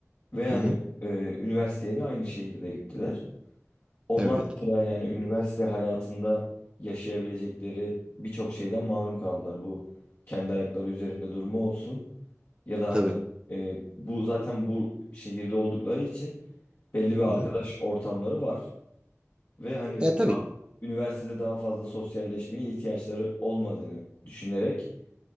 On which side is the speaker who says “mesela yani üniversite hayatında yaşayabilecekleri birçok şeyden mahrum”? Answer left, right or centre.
Left